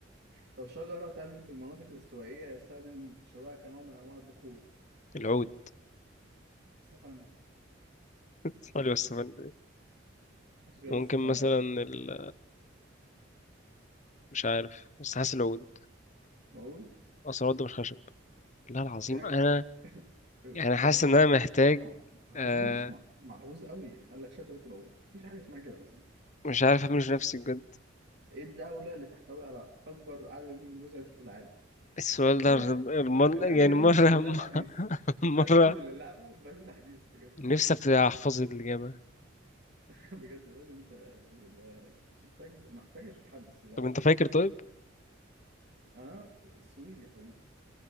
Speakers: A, on the right; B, on the left.
A: طب شجرة تنمو في المناطق الاستوائية يستخدم خشبها كنوع من أنواع البخور
B: العود
A: سفنة
B: صلي والسلام
A: أشجار
B: ممكن
A: السفنة
B: مثلا ال... مش عارف بس حاسس العود
A: موجود
B: أصل العود ده مش خشب لا العظيم
A: هو في حاجة
B: أنا
A: <laughs>
B: يعني
A: هو
B: حاسس
A: في يعني
B: إن أنا
A: إيه
B: محتاج
A: طبعا محظوظ
B: آه،
A: مع- محظوظ قوي قال لك شجرة العود مفيش حاجة اسمها كده أصلا
B: مش عارف أعمله في نفسي بجد
A: إيه الدولة اللي تحتوي على أكبر عدد من النموذج في العالم؟
B: السؤال
A: اللعبة
B: ده رم-
A: دي
B: رمان
A: اللعبة
B: يعني
A: دي لازم
B: مرة
A: ينزل لها
B: <laughs>
A: تحديث لازم
B: مرة
A: ينزل للعبة بقى في تحديث بجد
B: نفسي أفت- أحفظ الإجابة
A: <laughs> بجد لازم ت... يبقى محتاج محتاج تحدث اللعبة
B: طب أنت
A: دي
B: فاكر طيب
A: اه السويد يا حبيبي